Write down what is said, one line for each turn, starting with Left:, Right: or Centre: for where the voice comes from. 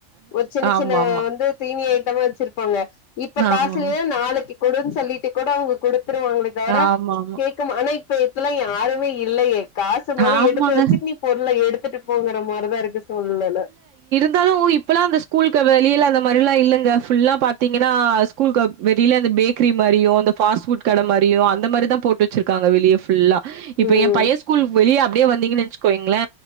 Left: ஒரு சின்ன
Right: ஆமாமா.
Left: சின்ன வந்து திணி ஐட்டமா வச்சிருப்பாங்க இப்ப
Right: ஆமா.
Left: காசு இல்லான நாளைக்கு கொடு சொல்லிட்டு கூட அவங்க கொடுத்துருவாங்களே தவிர
Right: ஆமாமா.
Left: கேட்க ஆன இப்பத்துல யாரு இப்ப இல்லையே காசு முத
Right: ஆமாங்க.
Left: எடுத்து வச்சு நீ பொருளை எடுத்துட்டு போங்கற மாதிரிதா இருக்கு சூழ்நிலை
Right: இப்பல்லா அந்த ஸ்கூலுக்கு வெளியில அந்த மாதிரல்லா இல்லங்குல்லா புல்லா பாத்தீங்கன்னா ஸ்கூ வெளியில அந்த பேக் இட்லி மாரியு ஃபாஸ்புட்டுகடை மாதிரியு அந்த மாதிரதா போட்டு வச்சிருக்கா வெளிய புல்லா இப்ப
Left: ம்
Right: என் பய வெளியே அப்படியே வந்தீங்கன்னு நினைச்சுக்கீங்களே